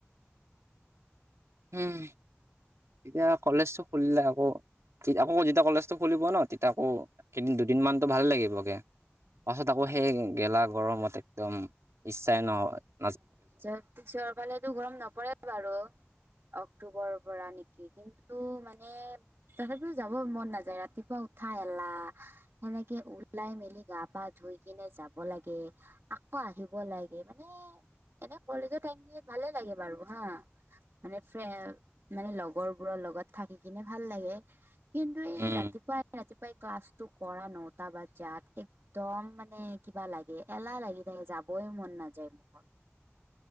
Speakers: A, on the right; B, on the right.
A: উম এতিয়া কলেজটো খুলিলে আকৌ <unintelligible> আকৌ যেতিয়া কলেজটো খুলিব ন তেতিয়া আকৌ কেইদিন দুদিনমানটো ভাল লাগিব গৈ পাছত আকৌ সেই গেলা গৰমত একদম ইচ্ছাই নহয় <unintelligible>
B: চৰকালেো গৰম নপৰে বাৰু অক্টোবৰৰ পৰা নেকি কিন্তু, তটো <unintelligible> মানে তথাপিও যাব মন নাযায়। ৰাতিপুৱা উঠাই এলাহ, তেনেকে ওলাই মেলি গা পা ধই, গৈ কিনে যাব লাগে আকৌ আহিব লাগে মানে <unintelligible> এনে কলেজত আহি ভালে লাগে বাৰু হা, মানে মানে লগৰবোৰৰ লগত থাকি কিনে ভাল লাগে <unintelligible> কিন্তু এই
A: উম
B: ৰাতিপুৱাই ৰাতিপুৱ, াই ক্লাছটো কৰা ন ত বা যাত এক্দম মানে কিবা লাগে এলাহ লাগি নে য <unintelligible> যাবই মন না যায় মোৰ